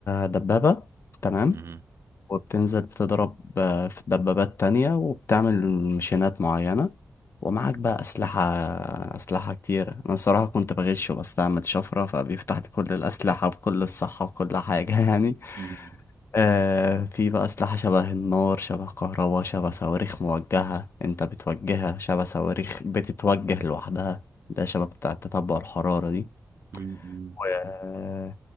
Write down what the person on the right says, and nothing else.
مم.
مهم.
مهم.